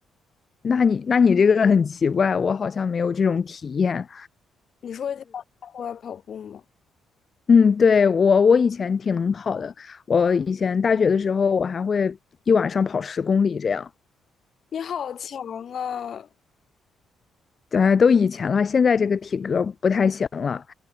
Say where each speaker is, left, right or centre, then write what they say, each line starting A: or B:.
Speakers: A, on the left; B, on the left.
A: 那你那你这个很奇怪，我好像没有这种体验。
B: 你说你在户外跑步吗？
A: 嗯，对，我我以前挺能跑的，我以前大学的时候我还会一晚上跑十公里这样。
B: 你好强啊！
A: 呃，都以前了，现在这个体格不太行了。